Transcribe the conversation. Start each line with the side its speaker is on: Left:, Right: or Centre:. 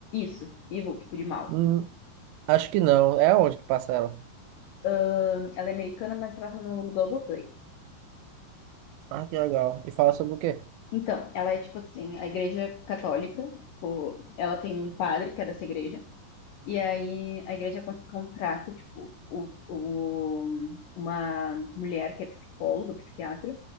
Left: Isso, Evil, tipo de mal.
Right: Hum, acho que não. É onde que passa ela?
Left: Ahn, Ela é americana, mas tá passando no, no Globoplay.
Right: Ah, que legal. E fala sobre o quê?
Left: Então, ela é tipo assim, a igreja católica, tipo, ela tem um padre que é dessa igreja, e aí a igreja con- contrata, tipo, o, o, uma mulher que é psicóloga, psiquiatra,